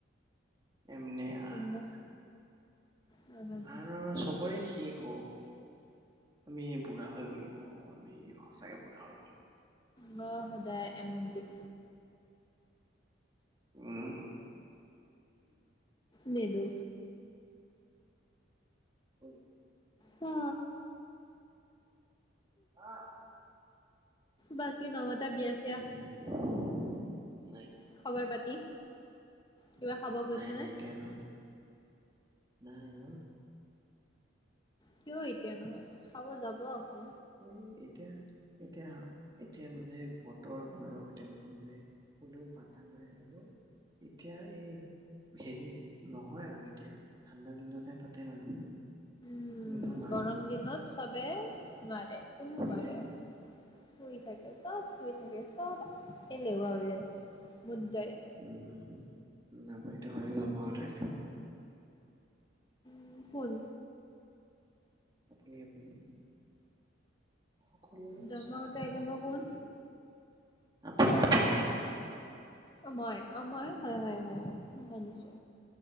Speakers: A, on the right; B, on the left.
A: এম নে আৰ
B: কোনোবা নাজানো
A: আৰু চবৰে শেষ অ আমি বুঢ়া হৈ গলো অ আমি সচাকে বুঢ়া হৈ গলো
B: বাহদায় এমন দিম
A: উম
B: নিদো
A: <unintelligible>
B: অ
A: আহ
B: বাকি নামত তা বিয়া চিয়া
A: উম নাই ন
B: খবৰ পাতি কিবা খাব গৈছে
A: নাই নাই
B: নে?
A: এতিয়া নহয় নাই অ
B: কিয় এই কিয় নহয় খাব যাব আকৌ
A: এ এতিয়া এতিয়া এতিয়া মানে বতৰ বয়স তেনেকুৱা মানে কোনেও পতা নাই আৰু এতিয়া এই হেৰি নহয় আৰু এতিয়া ঠাণ্ডা দিনতহে পাতে মানুহে
B: উম
A: আঘোণৰ মাহত
B: গৰম দিনত চবে
A: বহাগ
B: নোৱাৰে কোনো
A: শুই
B: নোৱাৰে
A: থাকে
B: শুই থাকে চব শুই থাকে চব এলেহুৱা হৈ যায়। মোৰ দৰে।
A: উম উ উ আপুনিটো হয়ে জন্ম ধৰিলে
B: উম হ'ল
A: আপুনি আপুনি সকলো <unintelligible> ও
B: জন্মগত
A: চানব
B: এলেহুৱা
A: য
B: কোন?
A: গলে আপুনি আপুনি
B: অ মই অ মই হয় হয় হয় ম মানিছো